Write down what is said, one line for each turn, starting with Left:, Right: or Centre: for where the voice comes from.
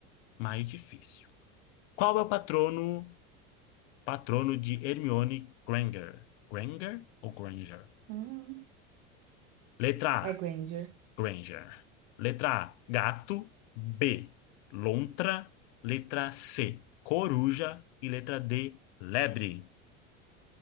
Left: mais difícil. Qual é o patrono, patrono de Hermione Granger? Granger ou Granger?
Right: Hum,
Left: Letra
Right: é
Left: A,
Right: Granger.
Left: Granger. Letra A, gato. B, lontra. Letra C, coruja. E letra D, lebre.